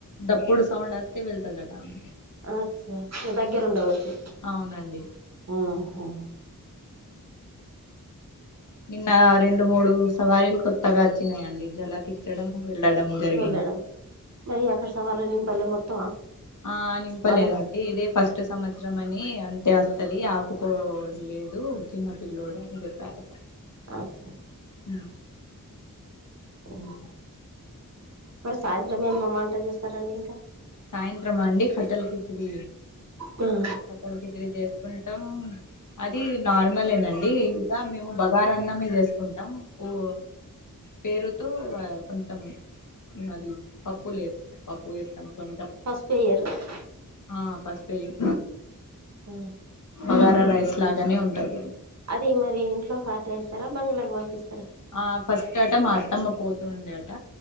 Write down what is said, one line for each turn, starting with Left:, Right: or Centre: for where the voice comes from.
Left: ఎప్పుడు సౌండ్ వస్తే వెళ్తాదంట ఆమె
Right: అచ్చ ఇకా దగ్గర ఉండవచ్చు
Left: అవునండి
Right: ఆహా
Left: నిన్న రెండు మూడు సవారీలు కొత్తగా వచ్చినాయంండి జలా తీర్చడం వెళ్ళడం జరిగింది
Right: వెళ్ళడం మరి అక్కడ సవాళ్ళ నింపలే మొత్తమా
Left: ఆ నింపలేఅండి
Right: వాళ్ళకు
Left: ఇదే ఫస్ట్ సంవత్సరం అని అంతే అది ఆపుకోలేదు చిన్న పిలోడు అని చెప్పారు
Right: అచ్చ అచ్చ
Left: హ్మ్
Right: ఓహో మరి సాయంత్రం ఏం వంట చేస్తారండి ఇంకా
Left: సాయంత్రమా అండి హోటల్ కీచిడి
Right: ఆ
Left: హోటల్ కిచిడి చేసుకుంటాం అది నార్మలేనండి ఇక మేము బగారా అన్నం మీదవేసుకుంటాం ఓ
Right: ఆ
Left: పేరుతో కొంచెం అది పప్పు లే వేస్ పప్పు వేస్తాం కొంచం
Right: పసుపు వేయ్యరు
Left: ఆ పశుపేయం
Right: హ
Left: బగారా రైస్ లాగానే ఉంటాది
Right: అది మరి ఇంట్లో పాత ఇస్తారా బంగ్ళకి పంపిస్తారా
Left: ఆ ఫస్ట్ ఆట మా అత్తమ్మ పోతుూండే అట